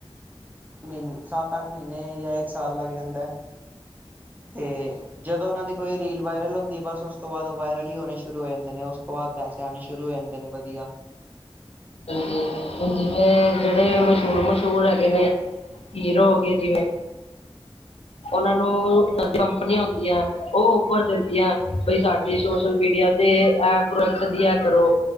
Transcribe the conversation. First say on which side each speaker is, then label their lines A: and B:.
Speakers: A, on the right; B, on the left.
A: ਮਹੀਨ ਸੱਤ ਅੱਠ ਮਹੀਨੇ ਜਾਂ ਇੱਕ ਸਾਲ ਲੱਗ ਜਾਂਦਾ ਹੈ।
B: <inaudible>
A: ਤੇ ਜਦੋਂ ਉਹਨਾਂ ਦੀ ਕੋਈ ਰੀਲ ਵਾਇਰਲ ਹੁੰਦੀ ਬਸ ਉਸ ਤੋਂ ਬਾਅਦ ਉਹ ਵਾਇਰਲ ਹੀ ਹੋਣੇ ਸ਼ੁਰੂ ਹੋ ਜਾਂਦੇ ਨੇ ਉਸ ਤੋਂ ਬਾਅਦ ਪੈ ਪੈਸੇ ਆਉਣੇ ਸ਼ੁਰੂ ਹੋ ਜਾਂਦੇ ਨੇ ਵਧੀਆ।
B: ਹਾਂਜੀ ਹ ਜਿਵੇਂ ਜਿਹੜੇ ਮਸ਼ਹੂਰ ਮਸ਼ਹੂਰ ਹੈਗੇ ਨੇ ਹੀਰੋ ਹੋ ਗਏ ਜਿਵੇਂ ਉਹਨਾਂ ਨੂੰ ਕੰਪਨੀਆਂ ਹੁੰਦੀਆਂ ਉਹ ਉਪਰ ਦਿੰਦੀਆਂ ਬਈ ਸਾਡੀੇ ਸੋਸ਼ਲ ਮੀਡੀਆ ਤੇ ਐ ਪ੍ਰੋਡਕਟਾਂ ਦੀ ਐ ਕਰੋ।